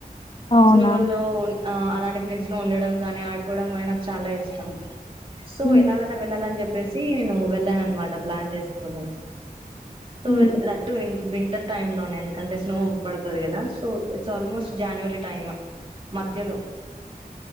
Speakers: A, on the left; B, on the right.
A: అవునా
B: స్నో లోన్ ఆ అలాంటి ప్లేస్ లో ఉండడం కానీ ఆడుకోవడం కానీ నాకు చాలా ఇష్టం సో
A: ఉమ్,
B: ఎలాగన్న వెళ్ళాలని చెప్ పెసి నేను వెళ్ళాన్ అనమాట ప్లాన్ చేసుకొని సో
A: ఉమ్,
B: వెల్ లట్టు విన్ వింటర్ టైమ్ లోనే ఎందుకంటే స్నో పడుతది కదా so it's almost January time మధ్యలో